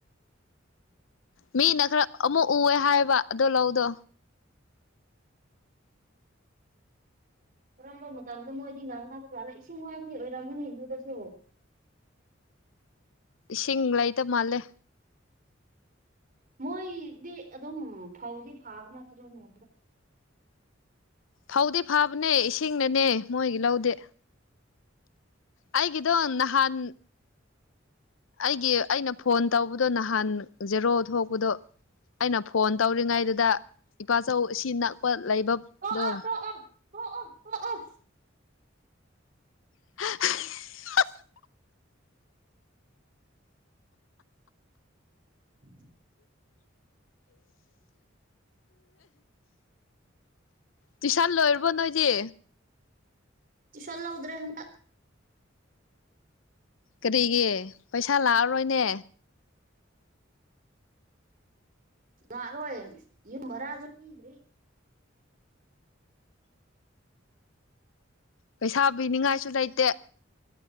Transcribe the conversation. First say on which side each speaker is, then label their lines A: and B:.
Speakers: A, on the left; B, on the right.
A: ꯃꯤꯅ ꯈꯔ ꯑꯃꯨꯛ ꯎꯑꯦ ꯍꯥꯏꯕ ꯑꯗꯣ ꯂꯧꯗꯣ
B: ꯀꯔꯝꯕ ꯃꯇꯝꯗ ꯃꯣꯏꯗꯤ ꯉꯥꯡꯍꯥꯖꯥꯅ ꯏꯁꯤꯡ ꯋꯥꯕꯗꯤ ꯑꯣꯏꯔꯝꯃꯅꯤ ꯑꯗꯨꯗꯁꯨ
A: ꯁꯤꯤꯡꯥꯏꯇ ꯃꯥꯂꯦ
B: ꯃꯣꯏꯗꯤ ꯑꯗꯨꯝ ꯐꯧꯗꯤ ꯐꯥꯕ ꯅꯠꯇ꯭ꯔꯅꯦ
A: ꯐꯧꯗꯤ ꯐꯕꯅꯦ ꯏꯁꯤꯡꯅꯅꯦ ꯃꯣꯏꯒꯤ ꯂꯧꯗꯦ ꯑꯩꯒꯤꯗꯣ ꯅꯍꯥꯟ ꯑꯩꯒꯤ ꯑꯩꯅ ꯐꯣꯟ ꯇꯧꯕꯗꯣ ꯅꯍꯥꯟ ꯖꯦꯔꯣ ꯊꯣꯛꯄꯗꯣ ꯑꯩꯅ ꯐꯣꯟ ꯇꯧꯔꯤꯉꯩꯗꯨꯗ ꯏꯄꯥꯆꯧ ꯑꯁꯤ ꯅꯛꯄ ꯂꯩꯕꯗꯣ
B: ꯇꯣꯛꯑꯣ ꯇꯣꯛꯑꯣ ꯇꯣꯛꯑꯣ ꯇꯣꯛꯑꯣ
A: <inaudible>
B: ꯎ ꯎꯝ
A: ꯇꯨꯁꯥꯟ ꯂꯣꯏꯔꯕ ꯅꯣꯏ ꯗꯦ
B: ꯏꯁꯂ ꯎꯗ꯭ꯔꯦ꯭ꯔ
A: ꯀꯔꯤꯒꯤ ꯄꯩꯁꯥ ꯂꯥꯛꯑꯔꯣꯏꯅꯦ
B: ꯌꯥꯔꯣꯋ ꯌꯦ ꯃꯔꯔ ꯑꯗꯨ ꯀꯗꯔꯤ
A: ꯄꯩꯁꯥ ꯄꯤꯅꯤꯉꯥꯏꯁꯨ ꯂꯩꯇꯦ